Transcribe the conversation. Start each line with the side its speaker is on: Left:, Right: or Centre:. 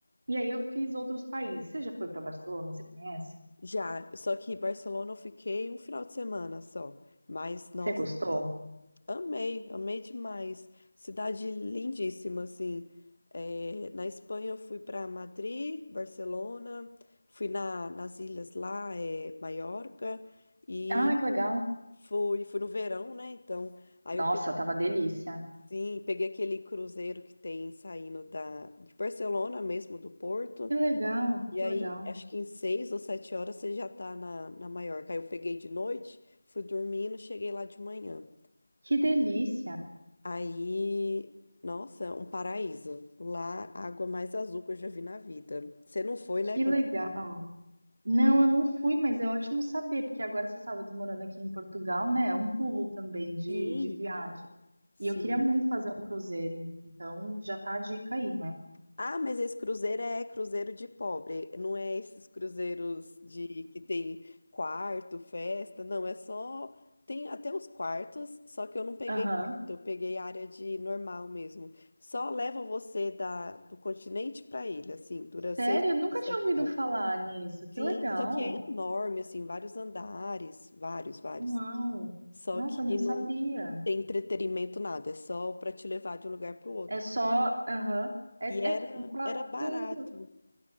Right: E aí eu fiz outros países. Você já foi para Barcelona? Você conhece?
Left: Já, só que em Barcelona eu fiquei um final de semana só. Mas, nossa,
Right: Você gostou?
Left: amei, amei demais. Cidade lindíssima, assim. É, na Espanha eu fui para Madrid, Barcelona, fui na, nas ilhas lá, é, Maiorca, e
Right: Ah, que legal.
Left: fui, fui no verão, né? Então, aí
Right: Nossa,
Left: eu
Right: tava delícia.
Left: Sim, peguei aquele cruzeiro que tem saindo da, de Barcelona mesmo, do Porto.
Right: Que legal,
Left: E
Right: que
Left: aí,
Right: legal.
Left: acho que em seis ou sete horas você já tá na, na Maiorca. Aí eu peguei de noite, fui dormindo, cheguei lá de manhã.
Right: Que delícia,
Left: Aí, nossa, um paraíso. Lá, a água mais azul que eu já vi na vida. Você não foi,
Right: que
Left: né? Quando...
Right: legal. Não, eu não fui, mas é ótimo saber, porque agora você sabe, eu tô morando aqui em Portugal, né? É um pulo também de,
Left: Sim,
Right: de viagem.
Left: sim.
Right: E eu queria muito fazer um cruzeiro, então já tá a dica aí, né?
Left: Ah, mas esse cruzeiro é cruzeiro de pobre, não é esses cruzeiros de que tem quarto, festa, não, é só tem até os quartos, só que eu não peguei
Right: Aham.
Left: quarto, eu peguei área de normal mesmo. Só leva você da do continente para ilha, assim, dura
Right: Sério?
Left: seis
Right: Eu nunca
Left: horas, sete
Right: tinha ouvido
Left: horas.
Right: falar nisso.
Left: Sim,
Right: Que legal.
Left: só que é enorme, assim, vários andares, vários, vários.
Right: Uau.
Left: Só
Right: Nossa,
Left: que
Right: eu não
Left: não
Right: sabia.
Left: tem entretenimento nada, é só para te levar de um lugar para o outro.
Right: É só. Aham. É,
Left: E
Right: é
Left: era
Right: quase
Left: era barato.
Right: um.